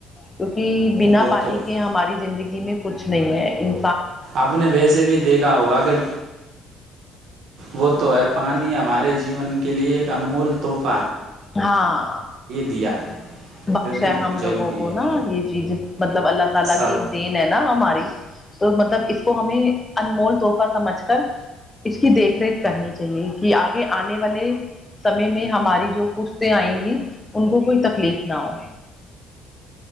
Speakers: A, on the left (about 20°); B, on the right (about 70°).
A: کیونکہ بنا
B: وہ
A: پانی
B: تو ہے
A: کے ہماری زندگی میں کچھ نہیں ہے ان
B: آپ نے ویسے بھی دیکھا ہوگا کہ وہ تو ہے پانی ہمارے جیون کے لیے ایک انمول توپ
A: ہاں
B: دیا ہے
A: بخش
B: جو کہ
A: ہے
B: بہت
A: ہم
B: ضروری
A: لوگوں کو
B: ہے
A: نا یہ چیز مطلب اللہ تعالی
B: سب
A: کی ایک دین ہے نا ہماری تو مطلب اس کو ہمیں انمول طور پر سمجھ کر اس کی دیکھ ریکھ کرنی چاہیے کہ آگے آنے والے سمے میں ہماری جو پوچھتے آئیں گی ان کو کوئی تکلیف نہ ہو